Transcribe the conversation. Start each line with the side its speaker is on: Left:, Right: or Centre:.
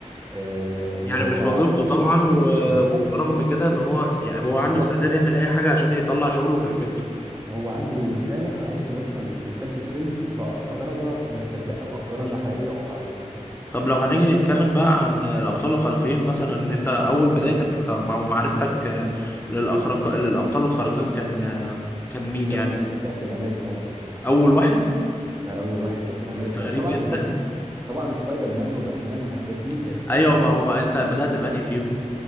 Right: آه اللي
Left: يعني
Right: هو
Left: مش وظيفته طبعا و...
Right: بالظبط
Left: ورغم كده ان هو يعني هو
Right: بس
Left: عنده
Right: هو
Left: استعداد يعمل اي حاجة عشان يطلع شغله بيرفكتو
Right: هو عنده رسالة عايز يوصل رسالة الفيلم بأقصى درجة متصدقة وأقصى
Left: مم.
Right: درجة حقيقية وواقعية
Left: طب لو هنيجي نتكلم بقى عن الابطال الخارقين مثلا ان انت اول بدايتك في مع معرفتك آه، للأخرق... للابطال الخارقين كان آه، كان مين
Right: كابتن
Left: يعني
Right: كابتن أمريكا طبعا
Left: اول واحد
Right: آه، أول واحد كابتن أمريكا
Left: انت غريب
Right: طبعا
Left: جدا
Right: طبعا سبايدر مان وباتمان والحاجات دي
Left: <laughs>
Right: كانت
Left: ايوه
Right: في الكرتون
Left: ما هو انت بدأت بأنهي فيهم